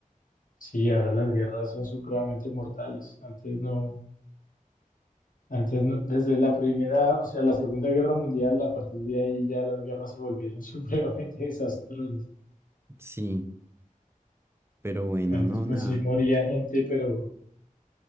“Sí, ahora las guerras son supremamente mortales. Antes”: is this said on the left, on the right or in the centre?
Left